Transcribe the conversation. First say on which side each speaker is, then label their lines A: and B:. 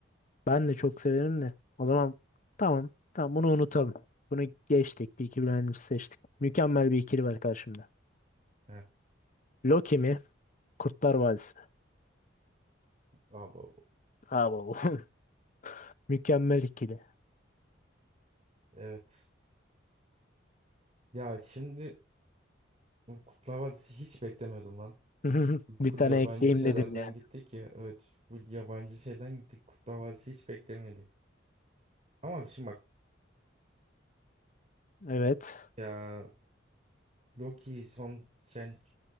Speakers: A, on the left; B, on the right.
A: Ben de çok severim de. O zaman tamam. Tamam bunu unutalım. Bunu geçtik. Bir iki bilenimizi seçtik. Mükemmel bir ikili var karşımda.
B: Heh.
A: Loki mi? Kurtlar Vadisi.
B: Abi
A: Abo. <laughs> Mükemmel ikili.
B: evet. Ya şimdi bu kutlama dizisi hiç beklemiyordum lan.
A: <laughs> Bir
B: Full
A: tane
B: yabancı
A: ekleyeyim
B: şeylerden
A: dedim ya.
B: gittik ya. Evet full yabancı şeyden gittik. Kutlama dizisi hiç beklemiyordum. Ama şimdi bak
A: Evet.
B: ya Loki'yi son, sen-